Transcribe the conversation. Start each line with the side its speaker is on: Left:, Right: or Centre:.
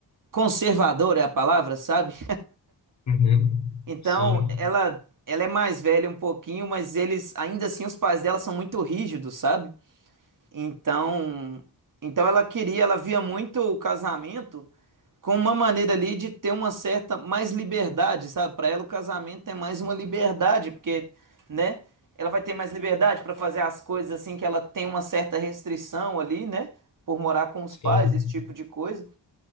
Right: conservadora, é a palavra, sabe?
Left: uhum.
Right: Então,
Left: Sim,
Right: ela, ela é mais velha um pouquinho, mas eles, ainda assim, os pais dela são muito rígidos, sabe? Então, então ela queria, ela via muito o casamento como uma maneira ali de ter uma certa mais liberdade, sabe? Para ela o casamento é mais uma liberdade, porque, né? Ela vai ter mais liberdade para fazer as coisas assim que ela tem uma certa restrição ali, né? Por morar com os
Left: sim.
Right: pais, esse tipo de coisa.